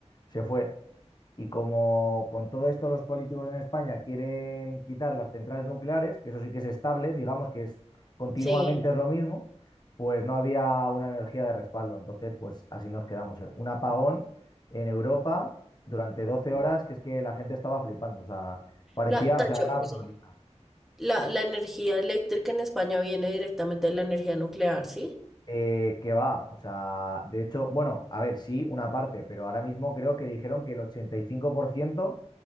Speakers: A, on the left (about 35°); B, in the centre.
A: se fue. Y como con todo esto los políticos en España quieren quitar las centrales nucleares, que eso sí que es estable, digamos que es continuamente
B: sí.
A: es lo mismo, pues no había una energía de respaldo. Entonces, pues así nos quedamos. eh. Un apagón en Europa durante 12 horas, que es que la gente estaba flipando. O sea, parecía,
B: La, Tacho,
A: o sea, era absurdista.
B: dice, la, la energía eléctrica en España viene directamente de la energía nuclear, ¿sí?
A: Eh, que va, o sea, de hecho, bueno, a ver, sí, una parte, pero ahora mismo creo que dijeron que el 85%